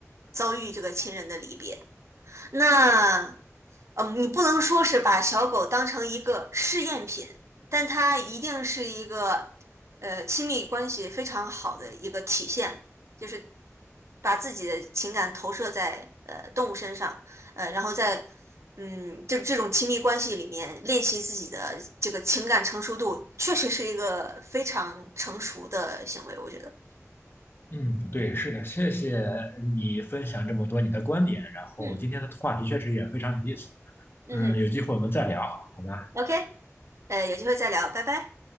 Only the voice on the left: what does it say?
嗯，对，是的，谢谢你分享这么多你的观点，然后今天的话题确实也非常有意思。
嗯，有机会我们再聊，好吧？